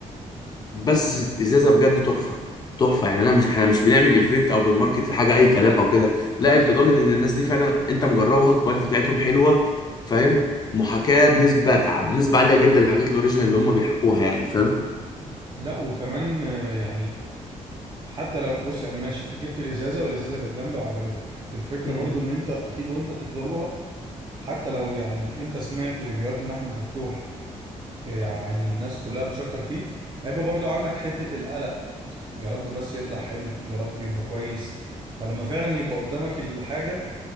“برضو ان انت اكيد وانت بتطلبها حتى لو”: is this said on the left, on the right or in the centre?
Right